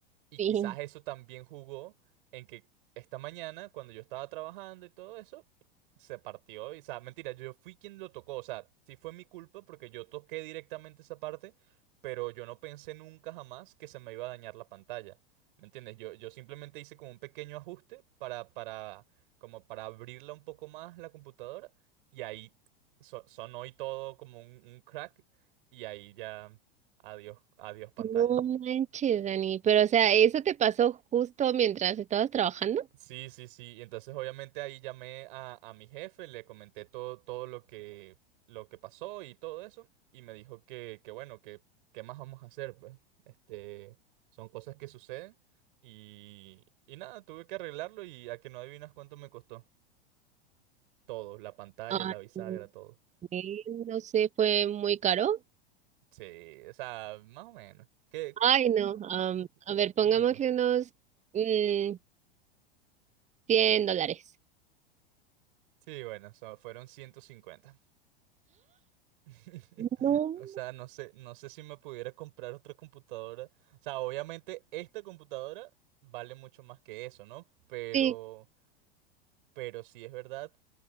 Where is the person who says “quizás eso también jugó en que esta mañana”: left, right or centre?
Right